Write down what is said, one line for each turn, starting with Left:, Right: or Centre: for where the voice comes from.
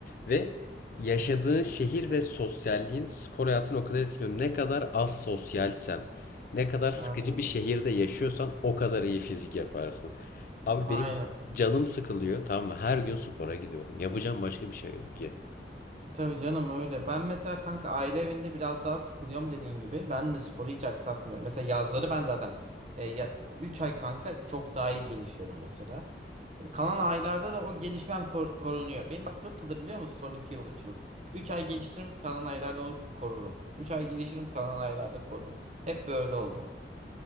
Left: Ve yaşadığın şehir ve sosyalliğin spor hayatını o kadar etkiliyor. Ne kadar az sosyalsen, ne kadar sıkıcı
Right: Aynen.
Left: bir şehirde yaşıyorsan o kadar iyi fizik yaparsın. Abi
Right: Aynen.
Left: benim canım sıkılıyor tamam mı? Her gün spora gidiyorum. Yapacağım başka bir şey yok ki.
Right: Tabii canım öyle. Ben mesela kanka aile evinde biraz daha sıkılıyorum dediğin gibi. Ben de sporu hiç aksatmıyorum. Mesela yazları ben zaten e, ya, 3 ay kanka çok daha iyi gelişiyorum mesela. Kalan aylarda da o gelişmem kor- korunuyor. Benim bak nasıldır biliyor musun son 2 yıl 3 yıl. üç ay geliştiririm kalan aylarda onu korurum. 3 ay gelişirim kalan aylarda korurum. Hep böyle oldu.